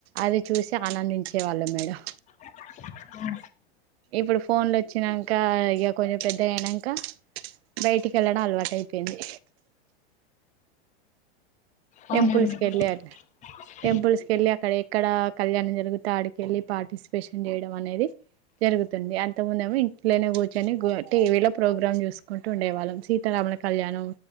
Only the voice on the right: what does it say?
అది చూసి ఆనందించే వాళ్ళం మేడం.
ఇప్పుడు ఫోన్లు వచ్చినంక, ఇగ కొంచెం పెద్దగయినంకా బయటికి వెళ్ళడం అలవాటయిపోయింది.
టెంపుల్స్ కెళ్ళి అట్లా
టెంపుల్స్ కెళ్ళి అక్కడ ఎక్కడ అ కళ్యాణం జరుగుతే ఆడికెళ్ళి పార్టిసిపేషన్ చేయడం అనేది, జరుగుతుంది. అంత ముందెమో ఇంట్లోనే కూర్చొని గు టీవీలో ప్రోగ్రామ్ చూసుకుంటూ ఉండేవాళ్ళం. సీతారమ్ రమణ కళ్యాణం